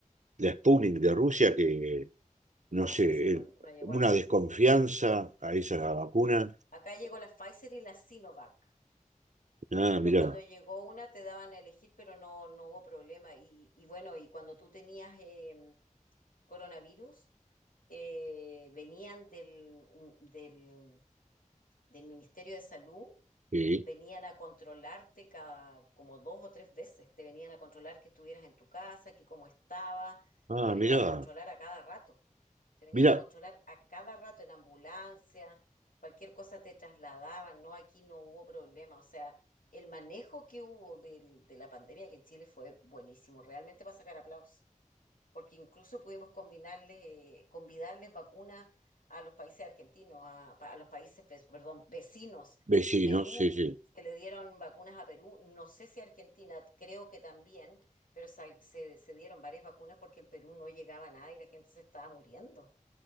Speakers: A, on the right; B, on the left.
A: la Sputnik de Rusia, que no
B: Ah,
A: sé,
B: no, esa no,
A: eh,
B: no llegó
A: una
B: acá.
A: desconfianza a esa vacuna.
B: Acá llegó la Pfizer y la Sinovac.
A: Ah,
B: Y después
A: mirá.
B: cuando llegó una te daban a elegir, pero no, no hubo problema. Y, y bueno, y cuando tú tenías eh, coronavirus eh, venían del, del, del Ministerio de Salud,
A: Sí.
B: venían a controlarte cada como dos o tres veces, te venían a controlar que estuvieras en tu casa, que cómo estabas,
A: Ah,
B: te venían
A: mirá.
B: a controlar a cada rato, te venían
A: Mirá,
B: a controlar a cada rato en ambulancia, cualquier cosa te trasladaban, no, aquí no hubo problema, o sea, el manejo que hubo del- de la pandemia aquí en Chile fue buenísimo, realmente para sacar aplausos porque incluso pudimos combinarles, eh, convidarles vacunas a los países argentinos, a, a los países, pues, perdón, vecinos.
A: vecinos,
B: Perú,
A: sí, sí.
B: se le dieron vacunas a Perú, no sé si a Argentina, creo que también, pero sa- se, se dieron varias vacunas porque en Perú no llegaba nada y la gente se estaba muriendo.